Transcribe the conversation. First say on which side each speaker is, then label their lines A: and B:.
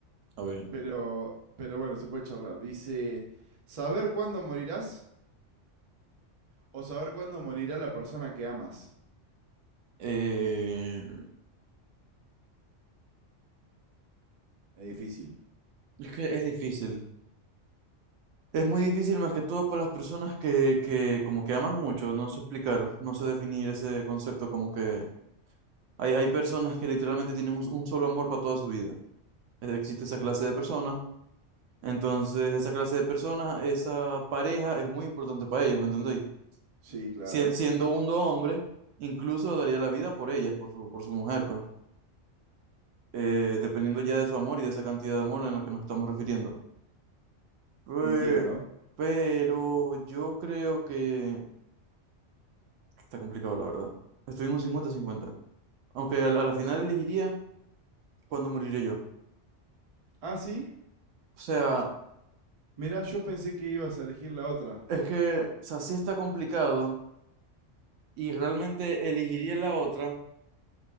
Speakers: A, on the right; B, on the right.
A: A ver.
B: pero, pero bueno, se puede charlar. Dice, ¿saber cuándo morirás? O saber cuándo morirá la persona que amas.
A: Eh,
B: Es difícil.
A: es que es difícil. Es muy difícil más que todo para las personas que, que como que aman mucho, no sé explicar, no sé definir ese concepto, como que hay, hay personas que literalmente tienen un, un solo amor para toda su vida. Eh, Existe esa clase de personas Entonces, esa clase de personas, esa pareja es muy importante para ellos, ¿me entendéis?
B: Sí, claro.
A: Sien- siendo uno hombre, incluso daría la vida por ellas, por su, por su mujer, pues, eh, dependiendo ya de su amor y de esa cantidad de amor en la que nos estamos refiriendo. Pe-
B: Entiendo.
A: pero yo creo que está complicado, la verdad. Estoy en un cincuenta cincuenta Aunque a la, a la final elegiría cuando moriré yo.
B: Ah, sí.
A: O sea,
B: Mirá, yo pensé que ibas a elegir la otra.
A: es que, o sea, sí está complicado y realmente elegiría la otra,